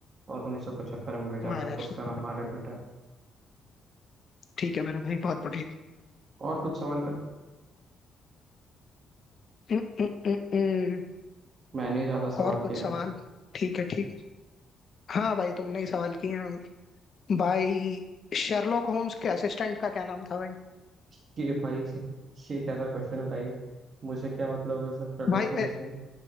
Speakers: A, on the right; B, on the left.
A: और 1975 में भेजा
B: हाँ
A: था
B: रशिया
A: उसका नाम आर्यभट्ट है
B: ठीक है मेरे भाई बहुत बढ़िया
A: और कुछ सवाल कर
B: उम, उम, उम, उम।
A: मैंने ही ज्यादा सवाल
B: और कुछ
A: किए हैं
B: सवाल ठीक है ठीक है। हाँ भाई तुमने ही सवाल किए हैं भाई भाई शर्लॉक होम्स के असिस्टेंट का क्या नाम था भाई
A: कि भाई ये कैसा क्वेश्चन है भाई मुझे क्या मतलब है सर शेरलॉक
B: भाई
A: होम्स
B: अ,
A: से